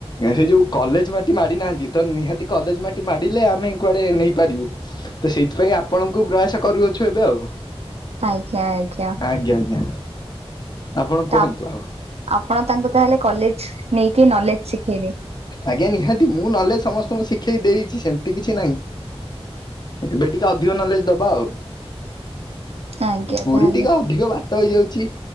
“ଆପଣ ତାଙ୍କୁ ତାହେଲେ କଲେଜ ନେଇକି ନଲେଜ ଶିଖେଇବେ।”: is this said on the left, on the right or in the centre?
Right